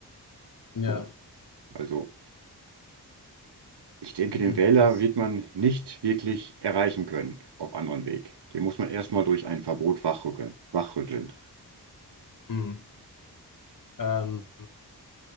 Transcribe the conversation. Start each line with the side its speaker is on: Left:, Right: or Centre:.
Left: ja,
Right: Also ich denke,
Left: hm,
Right: den Wähler
Left: das,
Right: wird man nicht wirklich erreichen können auf anderen Weg. Den muss man erstmal durch ein Verbot wachrütteln. wachrütteln.
Left: hm, ähm,